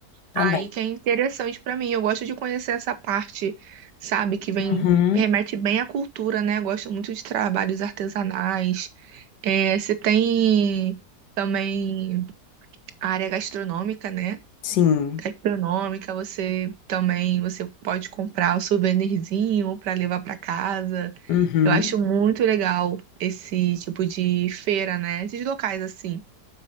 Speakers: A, on the left; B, on the right.
A: também.
B: aí que é interessante pra mim. Eu gosto de conhecer essa parte, sabe, que vem
A: Uhum,
B: remete bem à cultura, né? Gosto muito de trabalhos artesanais. É, você tem também a área gastronômica, né?
A: sim.
B: gastronômica, você também você pode comprar o souvenirzinho para levar para casa.
A: Uhum.
B: Eu acho muito legal esse tipo de feira, né? Esses locais assim.